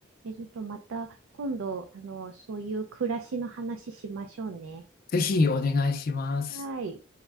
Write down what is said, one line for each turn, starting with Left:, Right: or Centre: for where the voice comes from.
Right: え、えちょっとまた今度、あの、そういう暮らしの話しましょうね。
Left: ぜひお願いします。
Right: はい。